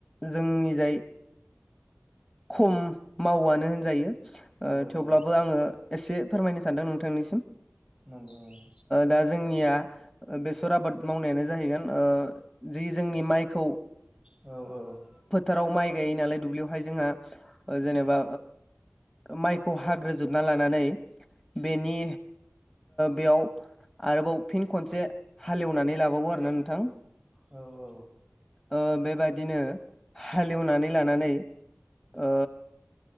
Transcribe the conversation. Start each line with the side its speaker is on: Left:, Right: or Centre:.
Centre: जोंनि जाय खम मावनो होनजायो
Right: औ
Centre: थेवब्लाबो
Right: औ
Centre: आङो। एसे फोरमायनो सानदों नोंथांनिसिम
Right: नंगौ। नंगौ
Centre: दा जोंनिया बेसर आबाद मावनायानो जाहैगोन जि जोंनि माइ। खौ।
Right: औ औ।
Centre: फोथाराव माइ गाय नालाय दुब्लियावहाय जोंहा जेनेबा माइखौ खौ हाग्रोजोबना लानानै बेनि बेयाव आरोबाव फिन खनसे हालेवनानै लाबावो आरोना नोंथां
Right: औ औ
Centre: ओ बेबादिनो हालेवनानै लानानै ओ